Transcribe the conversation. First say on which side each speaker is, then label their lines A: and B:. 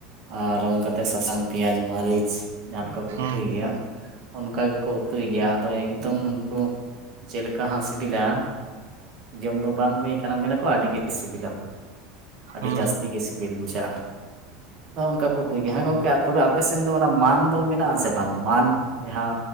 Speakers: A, on the right (about 50°); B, on the right (about 75°).
A: ᱟᱨ ᱨᱚᱝ ᱠᱟ ᱠᱟᱛᱮᱫ ᱥᱟᱥᱟᱝ ᱯᱮᱸᱭᱟᱡᱽ ᱢᱟᱹᱨᱤᱪ ᱡᱟᱦᱟᱸ ᱞᱮᱠᱟ ᱠᱚ
B: ᱦᱮᱸ
A: ᱩᱛᱩᱭ ᱜᱮᱭᱟ
B: ᱦᱮᱸ
A: ᱚᱱᱠᱟ ᱜᱮᱠᱚ ᱩᱛᱩᱭ ᱜᱮᱭᱟ ᱟᱫᱚ ᱮᱠᱫᱚᱢ ᱩᱱᱠᱩ ᱪᱮᱫᱮᱠᱟ ᱦᱟᱸᱜ ᱥᱤᱵᱤᱞᱟ ᱡᱚᱢ ᱫᱚ ᱵᱟᱝ ᱦᱩᱭ ᱟᱠᱟᱱᱟ ᱢᱮᱱᱟᱠᱚ ᱟᱹᱰᱤᱜᱮ ᱥᱤᱵᱤᱞᱟ ᱾ ᱟᱹᱰᱤ
B: ᱦᱮᱸ
A: ᱡᱟᱹᱥᱛᱤ ᱜᱮ ᱥᱤᱵᱤᱞ ᱵᱩᱡᱷᱟᱹᱜᱼᱟ ᱚᱱᱠᱟ ᱠᱚ ᱩᱛᱩᱭ ᱜᱮᱭᱟ ᱦᱮᱸ ᱜᱚᱝᱠᱮ ᱛᱚᱵᱮ ᱟᱯᱮ ᱥᱮᱱ ᱫᱚ ᱚᱱᱟ ᱢᱟᱱ ᱫᱚ ᱢᱮᱱᱟᱜ ᱟᱥᱮ ᱵᱟᱝ ᱢᱟᱱ ᱡᱟᱦᱟᱸ